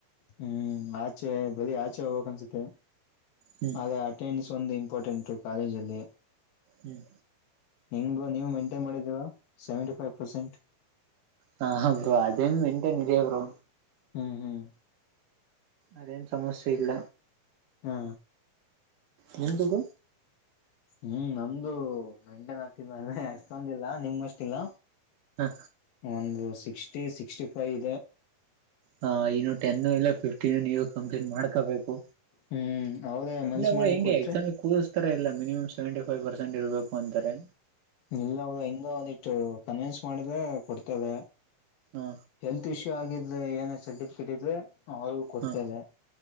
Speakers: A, on the left; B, on the right.
A: ಹ್ಮ್ ಆಚೆ ಬರೀ ಆಚೆ ಹೋಗ್ಬೇಕಕ್ ಅನ್ಸುತ್ತೆ
B: ಹ್ಮ್
A: ಆದದೇ ಅಟೆಂಡನ್ಸ್ ಒಂದು ಇಂಪಾರ್ಟೆಂಟು ಕಾಲೇಜಲ್ಲಿ
B: ಹ್ಮ್
A: ಹೆಂಗದುು ನೀವು ಮೇಂಟೈನ್ ಮಾಡಿದ್ದೀರಾ ಸೆವೆಂಟಿ ಫೈವ್ ಪರ್ಸೆಂಟ್
B: ಹ ಹ ಬರು ಅದೇನ್ ಮೆಂಟೈನ್ ಇದೆಯ ಬರು
A: ಹ್ಮ್ ಹ್ಮ್
B: ಅದೇನು ಸಮಸ್ಯೆ ಇಲ್ಲ
A: ಹಾ
B: ನಿಮದುುಗ
A: ಹ್ಮ್ ನಮ್ದು ಮೆಂಟೆನ್ ಹಾಕ್ತಿದ್ವ ಅ ಅಷ್ಟೊಂದಿಲ್ಲ ನಿಮ್ ಅಷ್ಟಲ್ಲ
B: ಹಾ
A: ಒಂದು ಸಿಕ್ಸ್ಟಿ ಸಿಕ್ಸ್ಟಿ ಫೈವ್ ಇದೆ
B: ಹಾ ಇನ್ನು ಟೆನ್ನು ಇಲ್ಲ ಫಿಫ್ಟೀನ್ ನೀವು ಕಂಪ್ಟ್ ಮಾಡ್ಕೋಬೇಕು
A: ಹ್ಮ್ ಅವದೇ ಮನ್ಸ
B: ಇಲ್ಲ
A: ಮಾಡಿ
B: ಹೆಗೆ
A: ಕೊಟ್ರೆ
B: ಎಕ್ಸಾಮ ಕೂ್ತಾರ ಇಲ್ಲ ಮಿನಿಮಮ್ ಸೆವೆಂಟಿ ಫೈವ್ ಪರ್ಸೆಂಟ್ ಇರಬೇಕು ಅಂತಾರೆ
A: ಇಲ್ಲ ಹದ ಹಿಂಗ ಒಂದಿಟ್ಟು ಕನ್ವಿನ್ಸ್ ಮಾಡಿದ್ರ ಕೊಡ್ತಲ್ಲ
B: ಹಾ
A: ಹೆಲ್ತ್ ಇಶ್ಯೂ ಆಗಿದೆ ಏನ ಸರ್ಟಿಫಿಕೇಟ್ ಇದೆ ಅವ ಕೊಡ್ತೇಲ್ಲ
B: ಹಾ